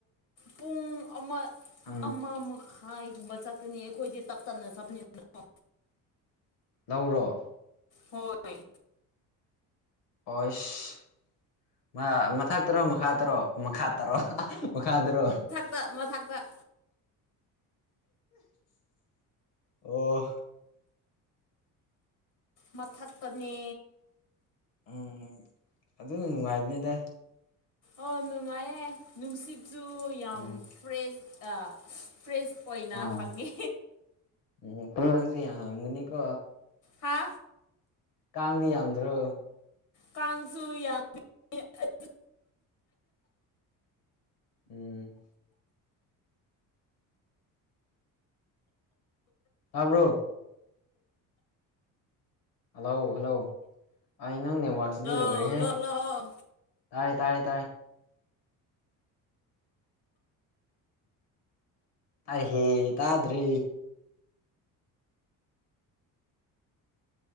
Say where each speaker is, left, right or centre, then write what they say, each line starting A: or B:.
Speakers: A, on the left (about 60°); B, on the left (about 85°).
A: ꯄꯨꯡ ꯑꯃ
B: ꯎꯝ
A: ꯑꯃꯃꯈꯥꯏ ꯍꯥꯏꯒꯨꯝꯕ ꯆꯠꯀꯅꯤ ꯑꯩꯈꯣꯏꯗꯤ ꯇꯞ ꯇꯞꯅ ꯆꯠꯄꯅꯤꯗꯅꯀꯣ
B: ꯂꯧꯔꯣ
A: ꯍꯣꯏ
B: ꯑꯣꯁ ꯃꯊꯛ ꯇꯔꯣ ꯃꯈꯥ ꯇꯔꯣ ꯃꯈꯥ ꯇꯔꯣ ꯃꯈꯥꯗꯔꯣ
A: ꯇ ꯃꯊꯛꯇ
B: ꯑꯣ
A: ꯃꯊꯛꯇꯅꯦ
B: ꯎꯝ ꯑꯗꯨꯅ ꯅꯨꯡꯉꯥꯏꯕꯅꯤꯗ
A: ꯑꯣ ꯅꯨꯡꯉꯥꯏꯌꯦꯦ ꯅꯨꯡꯁꯤꯠꯁꯨ ꯌꯥꯝ
B: ꯎꯝ
A: ꯐ꯭ꯔꯦꯁ ꯐ꯭ꯔꯦꯁ ꯑꯣꯏꯅ
B: ꯑꯥ
A: ꯐꯪꯉꯦ
B: ꯎꯝ ꯀꯥꯡꯁꯦ ꯌꯥꯝ ꯉꯝꯒꯅꯤꯀꯣ
A: ꯍꯥ
B: ꯀꯥꯡꯗꯤ ꯌꯥꯝꯗ꯭ꯔꯣ
A: ꯀꯥꯟꯁꯨꯨ ꯌꯥꯝ <unintelligible>
B: ꯎꯝ ꯇꯥꯕ꯭ꯔꯣ ꯍꯜꯂꯣ ꯍꯜꯂꯣ ꯑꯩ ꯅꯪ ꯅꯦꯠꯋꯥꯔꯛꯁꯤꯗꯤ
A: ꯂꯣ
B: ꯂꯣꯏꯔꯦꯍꯦ
A: ꯂꯣ ꯂꯣ
B: ꯇꯥꯔꯦ ꯇꯥꯔꯦ ꯇꯥꯔꯦ ꯑꯩꯍꯦ ꯇꯥꯗ꯭ꯔꯦ